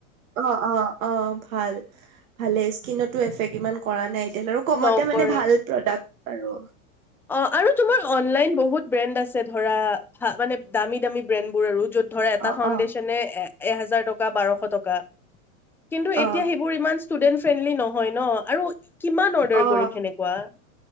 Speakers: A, on the right; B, in the centre.
A: অ অ অ ভাল ভালে স্কিনত টো এফেক্ট ইমান কৰা নাই এনেও আৰু কমতে
B: নকৰে
A: মানে ভাল প্ৰডাক্ট আৰু
B: অ আৰু তোমাৰ অনলাইন বহুত ব্ৰেণ্ড আছে ধৰা মানে দামী দামী ব্ৰেণ্ড বোৰ আৰু য'ত ধৰে এটা
A: অ
B: ফাউণ্ডেশ্যনে
A: অ
B: এ এহেজাৰ টকা বাৰশ টকা কিন্তু
A: অ
B: এতিয়া সেইবোৰ ইমান ষ্টুডেন্ট ফ্ৰেণ্ডলি নহয় ন আৰু কিমান অৰ্ডাৰ
A: অ
B: কৰিম সেনেকুৱা